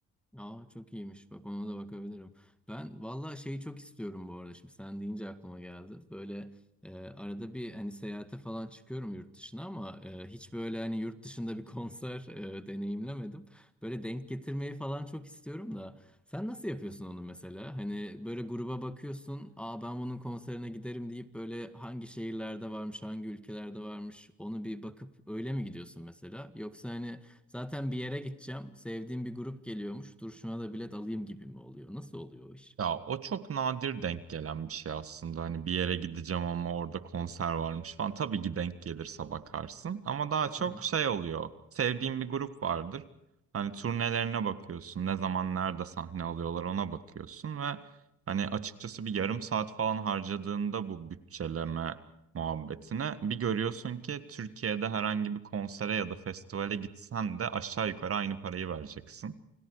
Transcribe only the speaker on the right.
Ya o çok nadir denk gelen bir şey aslında. Hani bir yere gideceğim ama orada konser varmış falan. Tabii ki denk gelirse bakarsın. Ama daha çok
şey oluyor. Sevdiğin bir grup vardır. Hani turnelerine bakıyorsun. Ne zaman nerede sahne alıyorlar ona bakıyorsun ve hani açıkçası bir yarım saat falan harcadığında bu bütçeleme muhabbetine bir görüyorsun ki Türkiye'de herhangi bir konsere ya da festivale gitsen de aşağı yukarı aynı parayı vereceksin.